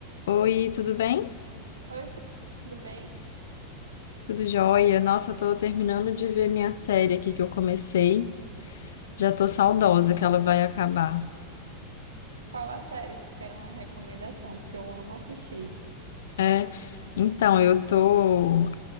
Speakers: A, on the left; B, on the right.
A: Oi, tudo bem?
B: Oi, tu- tudo bem?
A: Tudo jóia? Nossa, eu tô terminando de ver minha série aqui que eu comecei. Já tô saudosa que ela vai acabar.
B: Qual a série que quero uma recomendação? Porque eu amo assistir.
A: É, então, eu tô,